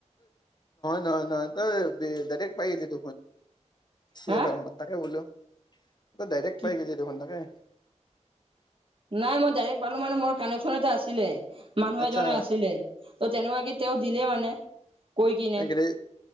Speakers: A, on the left; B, on the right.
A: নহ নহ ত ডাইৰেক্ট পাই দি ত চ
B: হা
A: ভাৰ্ম তাকে বলো ত ডাইৰেক্ট
B: কি
A: <unintelligible>
B: নাই মই ডাইৰেক্ট পালো মানে মোৰ কানেকশ্যন এটা আছিলে মানুহ
A: আচ্ছা
B: এজনে আছিলে ত' তেনেকুৱা কি তেওঁ দিলে মানে। কৈ কিনে
A: একেটে